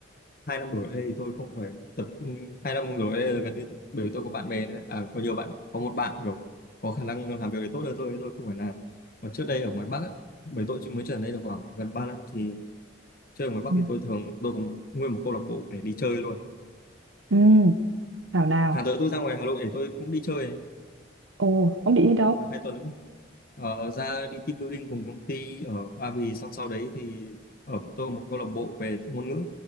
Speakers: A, on the left; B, on the right.
A: hai năm rồi ở đây thì tôi không phải tập ừ, hai năm rồi ở đây là gần như bởi vì tôi có bạn bè đấy. à có nhiều bạn có một bạn kiểu có khả năng làm việc thì tốt hơn tôi tôi không phải làm còn trước đây ở ngoài Bắc á, bởi tôi chỉ mới trở lại đây được khoảng gần ba năm thì chơi ở ngoài Bắc
B: ừ.
A: thì tôi thường tôi có một, nguyên một câu lạc bộ để đi chơi luôn
B: ừ nào nào
A: tháng tới tôi ra ngoài Hà Nội để tôi cũng đi chơi này,
B: ồ ông định đi đâu
A: à, hai tuần nữa Ờ, ra đi team building cùng công ty ở Ba Vì xong sau đấy thì ở tôi có một câu lạc bộ về ngôn ngữ